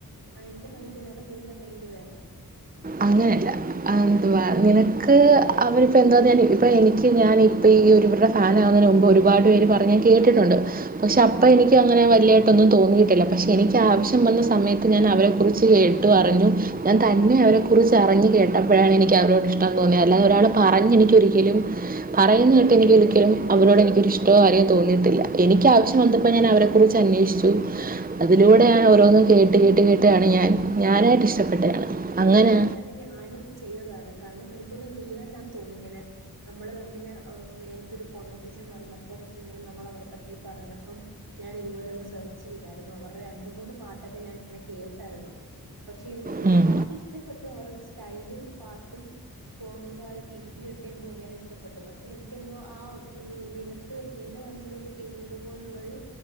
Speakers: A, on the right; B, on the right.
A: ഐന്റെ മൈൻഡ് വേറെ നിന്റെ മൈൻഡ് വേറെ
B: അങ്ങനെല്ല ആ എന്തുവാ നിനക്ക് അവരിപ്പ എന്താ <unintelligible> ഇപ്പൊ എനിക്ക് ഞാൻ ഇപ്പ ഈ ഒരു ഇവരുടെ ഫാനകുന്നന് മുമ്പ് ഒരുപാട് പേര് പറഞ്ഞ് ഞൻ കേട്ടിട്ടുണ്ട് പക്ഷെ അപ്പ എനിക്ക് അങ്ങനെ വല്ല്യായിട്ടൊന്നും തോന്നിയിട്ടില്ല പക്ഷെ എനിക്ക് ആവശ്യം വന്ന സമയത്ത് ഞാൻ അവരെ കുറിച്ച് കേട്ടു അറിഞ്ഞു ഞിൻ തന്നേ കുറിച്ച് അറിഞ്ഞു കേട്ടപ്പോഴാണ് എനിക്ക് അവരോട് ഇഷ്ടം തോന്നിയെ അല്ലാതെ ഒരാൾ പറഞ്ഞ് എനിക്കൊരിക്കലും പറയുന്നേട്ട് എനിക്കൊരിക്കലും അവരോട് എനിക്കൊരിഷ്ട്ടോ കാര്യോ തോന്നീട്ടില്ല എനിക്കാവശ്യം വന്നപ്പോ ഞാൻ അവരെക്കുറിച്ച് അന്വേഷിച്ചു അതിലൂടെ ഞാൻ ഓരോന്ന് കേട്ട് കേട്ട് കേട്ടാണ് ഞാൻ ഞാനായിട്ട് ഇഷ്ടപ്പെട്ടതാണ് അങ്ങനെ
A: ന്നെ ഞാനും ചെയ്തതാണ് കാരണം എനിക്കൊന്ന് നീ തന്നാന്ന് തോന്നു ഞാന് നമ്മള് തമ്മില് ഓ നേരത്തെ ഒരു കോൺവെർസേഷൻ വന്നപ്പം ഇങ്ങനെ നമ്മള് അവരെ പറ്റി പറഞ്ഞപ്പം ഞാനിത്പോലൊന്ന് സെർച്ചെയ്താരുന്നു അവർടെ രണ്ട് മൂന്ന് പാട്ടൊക്കെ ഞാൻ കേട്ടാരുന്നു പക്ഷേ എനിക്ക്
B: ഉം.
A: പാട്ട് ഇഷ്ടപ്പെട്ടു അവരുടെ സ്റ്റൈലും പാട്ടും സോങ്ങിൻ്റെ ആ ഒരു രീതിയൊക്കെ എനിക്ക് ഭയങ്കര ഇഷ്ടപ്പെട്ടു പക്ഷേ എനിക്കെന്തോ ആ നിനക്ക് നിൻ്റെ മനസ്സിലോട്ട് കേറിയതുപോലുള്ളൊരു